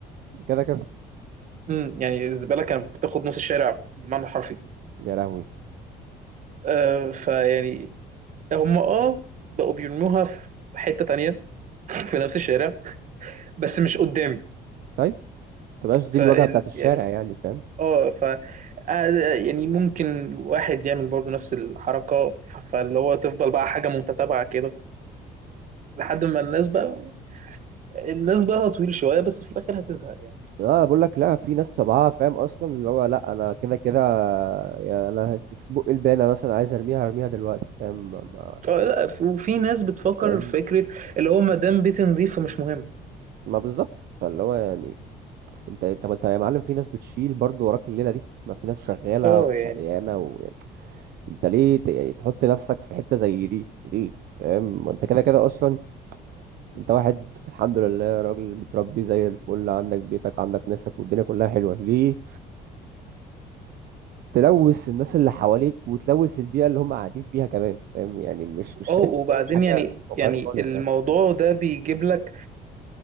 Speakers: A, on the right (about 65°); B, on the right (about 50°).
A: كده كده
B: مم، يعني الزبالة كانت بتاخد نص الشارع بالمعنى الحرفي
A: يا لهوي
B: آه، فيعني هم اه بقوا بيرموها في حتة تانية في نفس الشارع بس مش قدامي
A: طيب ما تبقاش دي
B: ف
A: الواجهه بتاعت الشارع
B: يعني
A: يعني فاهم
B: اه ف آه، يعني ممكن واحد يعمل برضو نفس الحركة ف- فاللي هو تفضل بقى حاجة متتابعة كده لحد ما الناس بقى الناس بقى طويل شوية بس في الآخر هتزهق يعني
A: اه بقول لك لا في ناس طبعها فاهم اصلا اللي هو لا انا كده كده يعني انا في بق البانه مثلا عايز ارميها هرميها دلوقتي فاهم ما ما it's
B: اه لا
A: not-
B: ف- وفي ناس بتفكر
A: فاهم؟
B: في فكرة اللي هو ما دام بيتي نظيف فمش مهم
A: ما بالظبط فاللي هو يعني انت طب انت يا معلم في ناس بتشيل برضه وراك الليله دي ما في ناس شغاله
B: اه
A: وشقيانه
B: يعني
A: ويعني انت ليه ت- يعني تحط نفسك في حته زي دي ليه فاهم ما انت كده كده اصلا انت واحد الحمد لله راجل متربي زي الفل عندك بيتك عندك ناسك والدنيا كلها حلوه ليه تلوث الناس اللي حواليك وتلوث البيئة اللي هم قاعدين فيها كمان فاهم يعني مش مش
B: اه
A: شايف
B: وبعدين
A: ان هي حاجة
B: يعني
A: واقعية
B: يعني
A: خالص
B: الموضوع
A: يعني
B: ده بيجيب لك